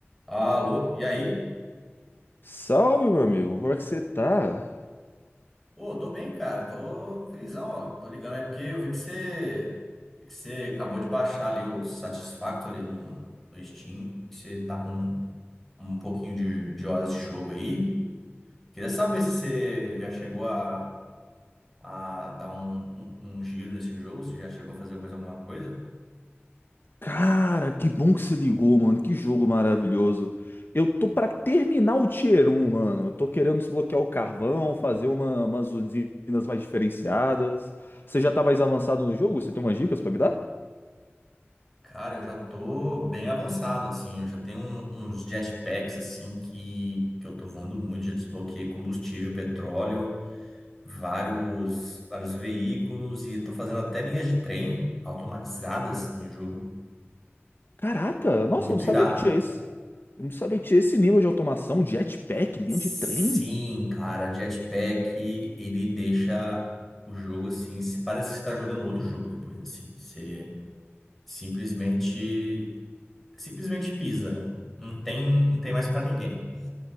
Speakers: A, in the centre; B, on the left (about 55°).
A: Alô, e aí?
B: Salve, meu amigo, como é que você tá?
A: Pô, tô bem, cara. Tô felizão, ó. Tô ligando aí porque eu vi que você, vi que você acabou de baixar ali o Satisfactory no, no Steam. Vi que você tá com um pouquinho de, de horas de jogo aí. Queria saber se você já chegou a, a dar um, um, um giro nesse jogo, se já chegou a fazer mais alguma coisa.
B: Cara, que bom que você ligou, mano. Que jogo maravilhoso. Eu tô pra terminar o Tier um, mano. Eu tô querendo desbloquear o carvão, fazer uma- umas usinas mais diferenciadas. Você já tá mais avançado no jogo? Você tem umas dicas pra me dar?
A: Cara, eu já tô bem avançado, assim. Eu já tenho um- uns jetpacks, assim, que, que eu tô voando muito. Já desbloqueei combustível, petróleo. vários, vários veículos e estão fazendo até linhas de trem automatizadas no jogo.
B: Caraca, nossa,
A: Muito
B: eu não sabia
A: irado.
B: que tinha esse. Eu não sabia que tinha esse nível de automação, jetpack, linha
A: Sim,
B: de trem.
A: cara, Jetpack, ele deixa o jogo assim, se parece que você tá jogando outro jogo depois, assim, você simplesmente simplesmente pisa. Não tem, não tem mais pra ninguém.